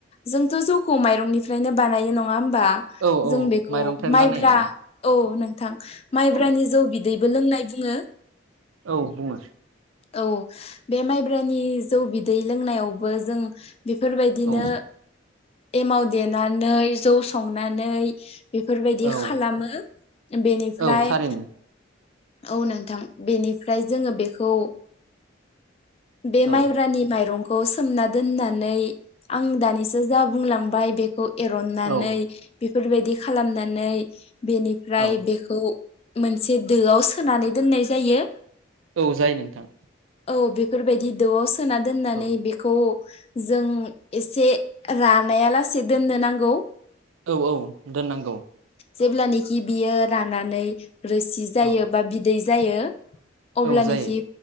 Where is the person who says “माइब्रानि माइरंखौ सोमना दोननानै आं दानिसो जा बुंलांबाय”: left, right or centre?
Left